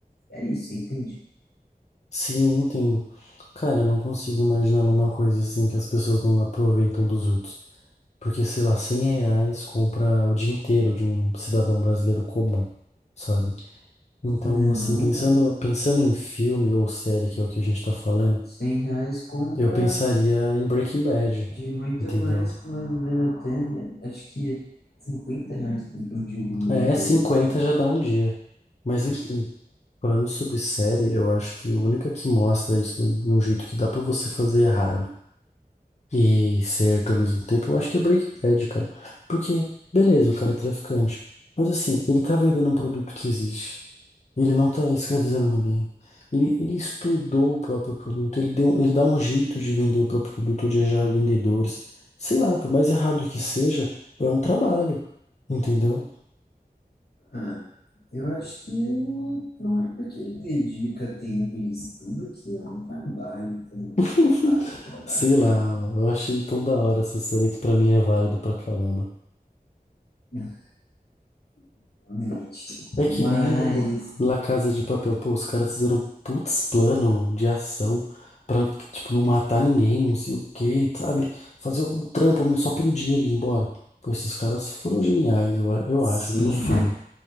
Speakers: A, on the left; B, on the left.
A: é isso, você entende?
B: Sim, eu entendo. Cara, não consigo imaginar numa coisa assim que as pessoas não aproveitam dos outros. Porque, sei lá, 100 reais compra o dia inteiro de um cidadão brasileiro comum, sabe? Então,
A: Não,
B: assim, pensando, pensando em filme ou série, que é o que a gente tá falando,
A: 100 reais compra
B: eu pensaria em Breaking Bad,
A: de muito
B: entendeu?
A: mais que mais ou menos até, acho que é 50 reais compra um jogo brasileiro
B: É, 50
A: no começo.
B: já dá um dia. Mas enfim. Falando sobre série, eu acho que a única que mostra isso do- de um jeito que dá pra você fazer errado e certo ao mesmo tempo, eu acho que é Breaking Bad, cara. Porque, beleza, o cara é traficante, mas assim, ele tá vendendo um produto que existe. Ele não tá escravizando ninguém. Ele, ele estudou o próprio produto, ele deu, ele dá um jeito de vender o próprio produto, de achar vendedores. Sei lá, por mais errado que seja, é um trabalho, entendeu?
A: Ah, eu acho que não não é porque ele dedica tempo e estudo que é um trabalho também,
B: <laughs>
A: trabalho, trabalho,
B: Sei lá, eu achei tão da hora essa série que pra mim é válido pra caramba.
A: né? Realmente.
B: É que
A: Mas,
B: nem o, o La Casa de Papel. Pô, os caras fizeram um putz plano de ação pra, tipo, não matar ninguém, não sei o quê, sabe? Fazer um trampo mas só pelo dinheiro e ir embora. Pô, esses caras foram geniais, eu, a- eu
A: sim,
B: acho, né? No filme,